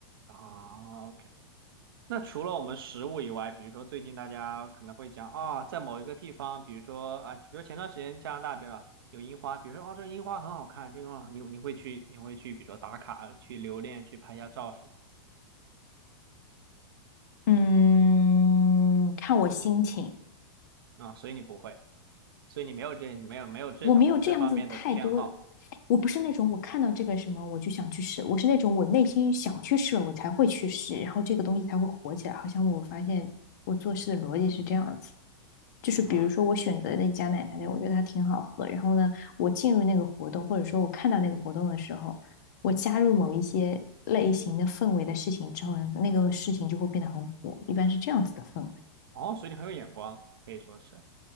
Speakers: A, on the right; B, on the left.
A: 啊，OK。那除了我们食物以外，比如说最近大家可能会讲啊，在某一个地方，比如说啊，比如前段时间加拿大，比如说有樱花，比如说啊，这樱花很好看，这个樱花你你会去你会去，比如说打卡、去留恋、去拍一下照什么
B: 嗯，看我心情，
A: 啊，所以你不会，所以你没有这没有没有这种这方面的偏好
B: 我没有这样子太多的，我不是那种我看到这个什么我就想去试，我是那种我内心想去试了我才会去试，然后这个东西才会火起来。好像我发现我做事的逻辑是这样子，就是比如说我选择的一家奶茶店，
A: 啊，
B: 我觉得它挺好喝，然后呢，我进入那个活动或者说我看到那个活动的时候，我加入某一些类型的氛围的事情之后呢，那个事情就会变得很火，一般是这样子的氛围。
A: 哦，所以你很有眼光，可以说是，